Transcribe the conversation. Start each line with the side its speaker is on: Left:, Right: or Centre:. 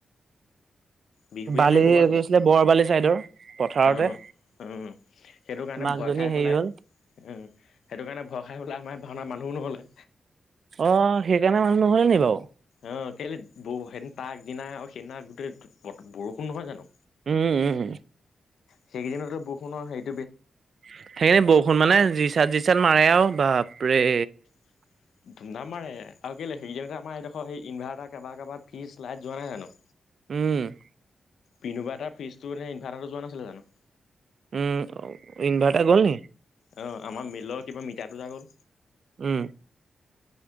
Left: বিহপুৰীয়া
Right: বালি
Left: নে ক'ৰবাত
Right: আছিলে
Left: হ'বলা
Right: বৰবালি চাইদৰ পথাৰতে
Left: অ উম সেইটো কাৰণে
Right: মাকজনী
Left: ভয় খাই
Right: হেৰি
Left: পেলাই
Right: হ'ল
Left: উম সেইটো কাৰণে ভৰ খাই হলে আমাৰ ভাওনা মানুহো নগলে
Right: অ সেইকাৰণে মানুহ নহলে নি বাৰু
Left: অ কেলে সেইদিনা তাক আগদিনা সেইদিনা গোটেই বৰষুণ নহয় জানো
Right: উম উম
Left: সেইকেইদিনতে বৰষুণৰ হেৰি
Right: সেইকাৰনে বৰষুণ মানে যি চাট যি চাট মাৰে আৰু বাপৰে
Left: <unintelligible> ধুম ধাম মাৰে আৰু কেলে সেইদিননাতে আমাৰ এইডোখৰ এই ইনভাৰ্টাৰটো কাৰবা কাৰবাৰ ফিজ লাইট যোৱা নাই জানো
Right: উম
Left: পিনোবা এটা ফ্ৰজটো এনে ইনভাৰ্টাৰটো যোৱা নাছিলে জানো
Right: উম ইনভাৰ্টাৰ গ'ল ন
Left: অঁ আমাৰ মিলৰ কিবা মিটাৰ দুটা গ'ল
Right: উম